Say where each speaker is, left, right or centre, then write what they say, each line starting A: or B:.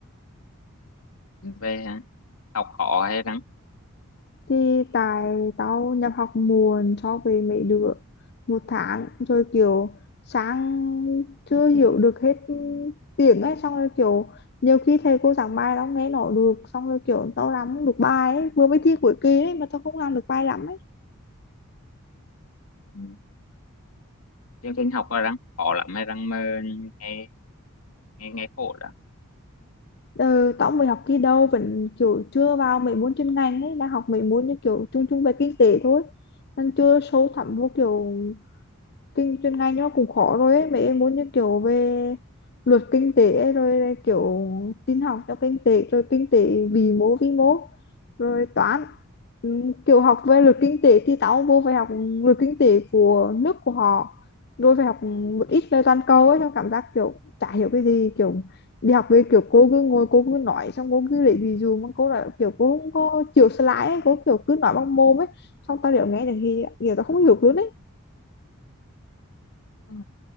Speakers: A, on the left; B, on the left.
A: Về hả? Học khó hay răng?
B: Thì tại tao nhập học muộn so với mấy đứa một tháng rồi kiểu sáng chưa hiểu được hết tiếng ấy xong rồi kiểu nhiều khi thầy cô giảng bài tao không nghe nổi được xong rồi kiểu tao làm không được bài ấy vừa mới thi cuối kỳ ấy mà tao không làm được bài lắm ấy.
A: Ừ. Chương trình học là răng khó lắm hay răng mơ nghe nghe nghe khổ đó,
B: Ừ, tao mới học kỳ đầu vẫn kiểu chưa vào mấy môn chuyên ngành ấy đang học mấy môn như kiểu chung chung về kinh tế thôi đang chưa sâu thẳm vô kiểu kinh chuyên ngành nó cũng khó rồi ấy. Mấy em muốn như kiểu về luật kinh tế ấy, rồi là kiểu tin học cho kinh tế rồi kinh tế vĩ mô vi mô rồi toán Ừm, kiểu học về luật kinh tế thì tao vô phải học luật kinh tế của nước của họ rồi phải học một ít về toàn cầu ấy xong cảm giác kiểu chả hiểu cái gì kiểu đi học về kiểu cô cứ ngồi cô cứ nói xong cô cứ lấy ví dụ mà cô là kiểu cô không có chịu slide ấy cô kiểu cứ nói bằng mồm ấy xong tao đều nghe được thì kiểu tao không hiểu luôn ấy
A: Ừ.